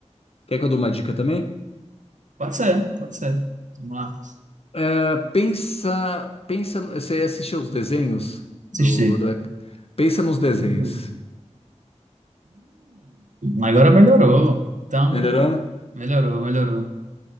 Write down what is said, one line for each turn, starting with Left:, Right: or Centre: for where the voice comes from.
Left: Quer que eu dou uma dica também?
Right: Pode ser, pode ser. Vamos lá.
Left: É, pensa, pensa. Você assistiu os desenhos do,
Right: Assistir.
Left: do. Pensa nos
Right: Hum,
Left: desenhos.
Right: agora melhorou. Então,
Left: Melhorou?
Right: melhorou, melhorou.